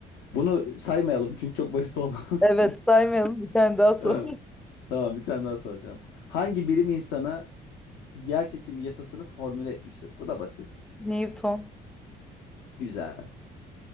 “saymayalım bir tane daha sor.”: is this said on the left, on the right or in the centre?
Centre